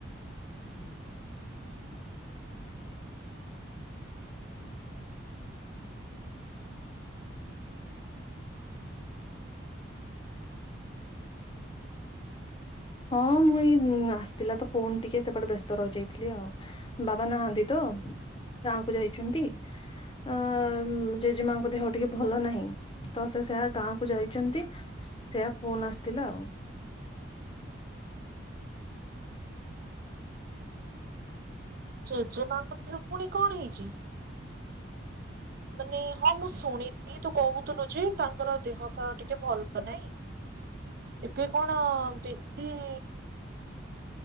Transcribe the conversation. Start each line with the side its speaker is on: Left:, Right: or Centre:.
Left: ହଁ, ମୁଁ ଏଇ ଆସିଥିଲା ତ ଫୋନ ଟିକେ ସେପଟେ ବ୍ୟସ୍ତ ରହିଯାଇଥିଲି ଆଉ। ବାବା ନାହାନ୍ତି ତ, ଗାଁକୁ ଯାଇଛନ୍ତି। ଅଁ ଜେଜେମାଙ୍କ ଦେହ ଟିକେ ଭଲ ନାହିଁ ତ ସେ ସେୟା ଗାଁ କୁ ଯାଇଛନ୍ତି, ସେୟା ଫୋନ୍ ଆସିଥିଲା ଆଉ।
Right: ଜେଜେ ମାଆଙ୍କ ଦେହ ପୁଣି କଣ ହେଇଛି? ମାନେ ହଁ ମୁଁ ଶୁଣି ତୁ ତ କହୁଥିଲୁ ଯେ, ତାଙ୍କର ଦେହ ପା ଟିକେ ଭଲ ନାଇଁ। ଏବେ କଣ ବେଶି ଇ